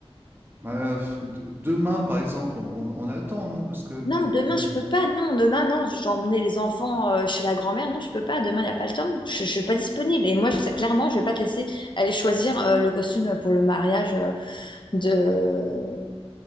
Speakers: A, on the right; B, on the left.
A: Bah, f- de- demain, par exemple, on, on a le temps, non? Parce que de,
B: Non,
A: de-
B: demain je peux pas, non, demain non, j'ai emmené les enfants euh, chez la grand-mère, non, je peux pas, demain il n'y a pas le temps, je, je suis pas disponible. Et moi, je- sais- clairement, je vais pas te laisser aller choisir euh, le costume pour le mariage euh, de